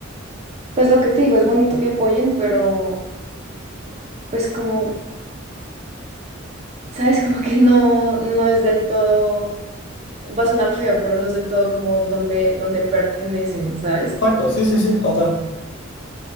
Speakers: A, on the right; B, on the left.
A: Pues lo que te digo, es bonito que apoyen, pero pues como, ¿sabes? Como que no, no es del todo, va a sonar feo, pero no es del todo como donde, donde pertenecen, ¿sabes?
B: Exacto, sí, sí, sí, total.